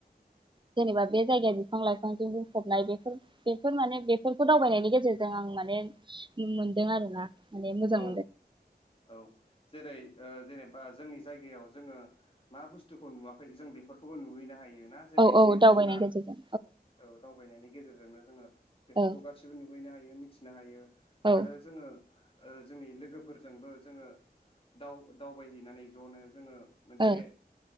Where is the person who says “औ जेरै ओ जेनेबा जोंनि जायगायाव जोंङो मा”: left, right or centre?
Left